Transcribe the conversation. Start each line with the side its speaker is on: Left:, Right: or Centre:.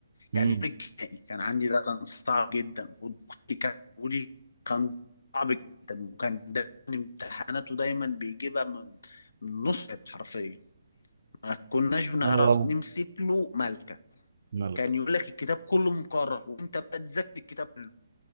Right: امم
Left: يعني يوم الجنائي كان عندي ده كان صعب جدا والدكتور كان بيقول لي كان صعب جدا وكان دايما امتحاناته دايما بيجيبها من من نص حرفيا ما كناش بنعرف
Right: اه
Left: نمسك له ملكة
Right: مالك
Left: كان يقول لك الكتاب كله مكرر وانت بقى تذاكر الكتاب